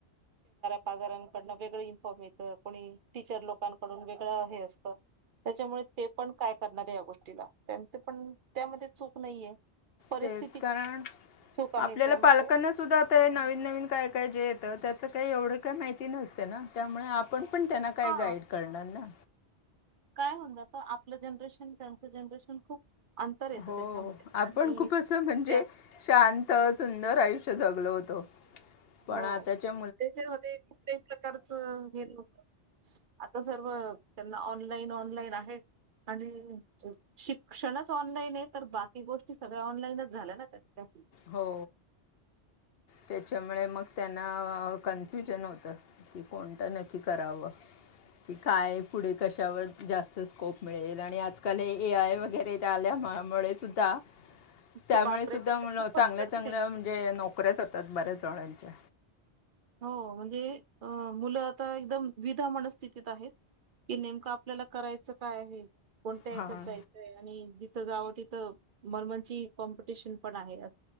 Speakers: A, on the right (about 55°); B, on the left (about 65°).
A: बाजारांकडुन वेगळा. इन्फॉर्म येतं कोणी टीचर लोकांकडून वेगळं हे असतं. त्याच्यामुळे ते पण काय करणार आहे. या गोष्टीलत्. याचा. <unintelligible> त्यामध्ये चूक नाहीये परिस्थितीची
B: तेच कारण
A: चूक आहे
B: आपल्याला
A: त्यामध्ये
B: पालकांना सुद्धा आता हे नवीन नवीन काय काय जे येत त्या. चं काही एवढं काय माहिती नसते ना त्यामुळे आपण पण त्यांना काही
A: हा
B: गाईड करणार ना
A: काय म्हणूनआपलं जनरेशन त्यांचं जनरेशन खूप अंतर येतं
B: हो
A: त्याच्यामध्ये
B: आपण
A: आणि
B: खूप अस
A: त्यात
B: शांत सुंदर आयुष्य जगलो होतो पण
A: हो
B: आत्ताच्या
A: त्याच्यामध्ये कुठल्याही प्रकारचं हे नत आता सर्व <unintelligible> त्यांना ऑनलाईन ऑनलाईन आहे. आणि शिक्षणच ऑनलाईन आहे. तर बाकी गोष्टी सगळ्या ऑनलाईनच झाल्या त्या
B: हो ते त्याच्यामुळे मग त्यांना कन्फ्युजन होतं की कोणतं नक्की करावं कि काय पुढे कशावर जास्त स्कोप मिळेल. आणि आजकाल ए आय वगैरे आल्या त्यामुळे
A: ते बापरे
B: सुद्धा
A: ते तर खूपच
B: चांगल्या
A: कठीण
B: चांगल्या
A: आहे.
B: म्हणजे. नोकऱ्याच होतात बऱ्याच जणांच्या
A: हो म्हणजे मुलं तर दुधा मनस्थिती आहे. कि नेमकं आपल्याला करायचं काय आहे. कोणत्यात
B: हां
A: जायचंय. जिथे जाऊ तिथे कॉम्पिटिशन आहे.